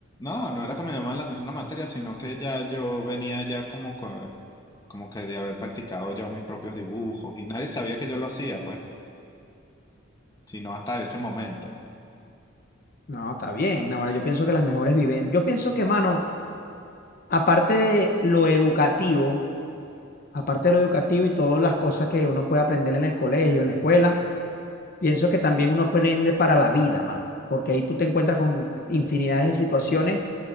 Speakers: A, on the left; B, on the left.
A: No, no era que me llamaba la atención la materia, sino que ya yo venía ya como que, como que de haber practicado ya mis propios dibujos, y nadie sabía que yo lo hacía, pues, sino hasta ese momento.
B: No, está bien, ahora yo pienso que las mejores viven. Yo pienso que, mano, aparte de lo educativo, aparte de lo educativo y todas las cosas que uno puede aprender en el colegio, en la escuela, Pienso que también uno aprende para la vida, mano, porque ahí tú te encuentras con infinidades de situaciones